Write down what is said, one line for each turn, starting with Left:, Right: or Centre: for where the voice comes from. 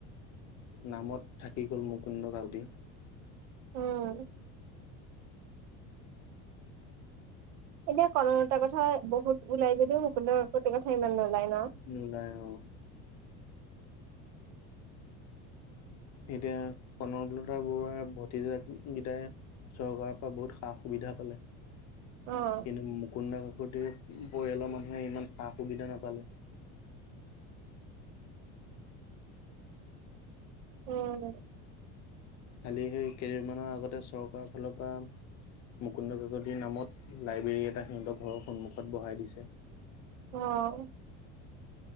Left: নামত থাকি গ'ল, মুকুন্দ কাকতি।
Right: উম, এতিয়া কনকলতাৰ কথা বহুত ওলাই যদিও, মুকুন্দ কাকতিৰ কথা ইমান নোলায় ন,?
Left: উম, নাই অ, এতিয়া কনকলতা বৰুৱাৰ ভতিজাক গিতাই চৰকাৰৰ পৰা বহুত সা-সুবিধা পালে।
Right: অ',
Left: কিন্তু মুকুন্দ কাকতিৰ পৰিয়ালৰ মানুহে, ইমান সা-সুবিধা নাপালে।
Right: উম,
Left: খালি সেই, কেইদিনমানৰ আগতে চৰকাৰৰ ফালৰ পৰা মুকুন্দ কাকতিৰ নামত, লাইব্ৰেৰী এটা সিহঁতৰ ঘৰৰ সন্মুখত বহাই দিছে।
Right: অ,